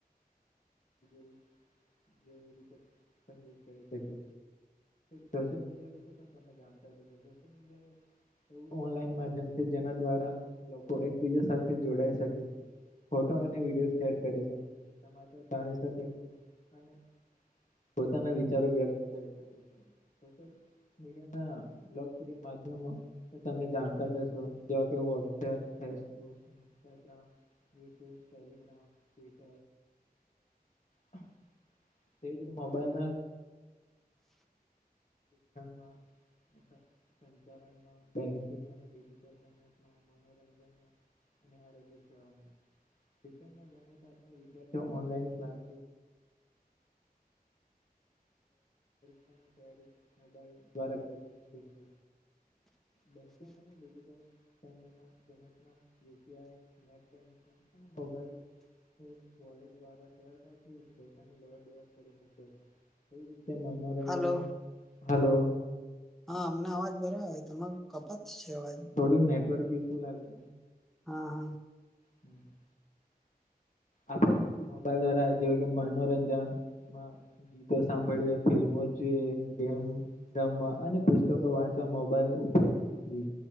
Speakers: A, on the left; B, in the centre.
A: <inaudible> જેવી રીતે સબમિટ કરી શકે છે. સોશલ મીડિયા વિશે પણ તમે જાણતા હશો સોશલ મીડિયાએ એવું ઓનલાઈન માધ્યમ છે જેના દ્વારા, લોકો એકબીજા સાથે જોડાઈ શકે છે. ફોટો અને વિડીયો શેર કરી શકે છે સમાચાર જાણી શકે છે અને પોતાના વિચારો વ્યક્ત કરી શકે છે, સોશિયલ મીડિયાના લોકપ્રિય માધ્યમો તો તમે જાણતા જશો જેવા કે વોટ્સએપ છે ન્સ્ટાગ્રામ, યુટ્યુબ, ટેલીગ્રામ, ટ્વીટ <unintelligible> વી રીતે મોબાઈલ ના <inaudible> સંચારણમાં બેન્કિંગ અને ડિજિટલ પેમેન્ટમાં મનોરંજનમાં અને આગ્ય સે શિક્ષણ જાણીતા વિદ્યાર્થીઓ ઓનલાઈન ક્લાસ <unintelligible> ની તૈયારી મોબાઈલ દ્વારા કરી શકે છે. બેંકિંગ અને ડિજિટલ <unintelligible> યુપીઆઈ નેટ બેન્કિંગ અને મોબાઈલ વોલેટ દ્વારા સરળતાથી પૈસાની લેવડ દેવડ કરી શકે છે. એવી જ રીતે મનોરંજનમાં
B: હલો
A: હલો
B: હા અમને અવાજ બરાબર તમારો કપાત છે અવાજ
A: થોડું નેટવર્ક ઇસ્યુ લાગે
B: હા હા.
A: હમ્મ. આપડે મોબાઈલ દ્વારા જેવું કે મનોરંજનમા ગીતો સાંભળીએ ફિલ્મો જ જોઈએ ગેમ રમવા અને પુસ્તકો વાંચવા મોબાઈલ ઉપયોગી